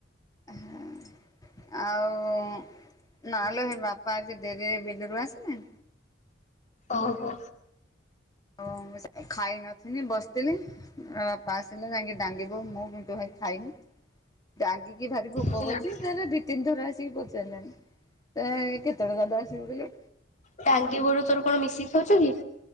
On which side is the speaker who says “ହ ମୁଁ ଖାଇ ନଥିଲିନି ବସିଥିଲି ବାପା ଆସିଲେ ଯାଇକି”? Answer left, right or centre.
Left